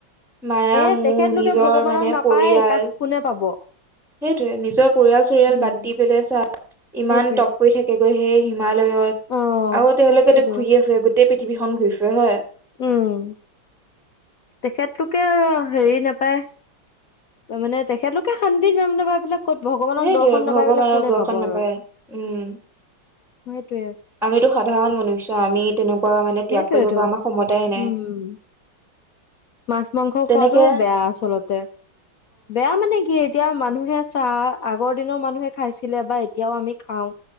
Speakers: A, in the centre; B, on the left.
A: মায়া
B: এ
A: মোহ
B: তেখেতলোকে
A: নিজৰ
B: ভগৱানক
A: মানে
B: নাপায়
A: পৰিয়াল,
B: কাক কোনে পাব
A: সেইটোৱে নিজৰ পৰিয়াল চৰিয়াল
B: উম
A: বাদ দি পেলাই চা ইমান
B: সেইটোৱে
A: টপ কৰি থাকে। <unintelligible> হিমালয়ত
B: অ',
A: আৰু তেওঁলোকেতো
B: সেইটোয়েতো
A: ঘূৰিয়েই ফুৰে, গোটেই পৃথিৱীখন ঘূৰি ফুৰে হয়।
B: উম। তেখেতলোকে আৰু হেৰি না <unintelligible> মানে তেখেতলোকে শান্তি <unintelligible> কত ভগৱানক
A: সেইটোয়ে,
B: দৰ্শন
A: ভগৱানৰ
B: নাপাই পেলাই কোনে
A: দৰ্শন
B: পাব আৰু।
A: নাপায়। উম।
B: সেইটোৱে
A: আমিতো সাধাৰণ মনুষ্য আমি তেনে <unintelligible> ত্যাগ
B: সেইটোয়েতো
A: কৰিব পৰা আমাৰ ক্ষমতাই
B: উম,
A: নাই।
B: মাছ, মাংস খোৱাাতটো
A: তেনেকে
B: বেয়া আচলতে। বেয়া মানে কি এতিয়া মানুহে চাহ, আগৰ দিনৰ মানুহে খাইছিলে বা এতিয়াও আমি খাওঁ।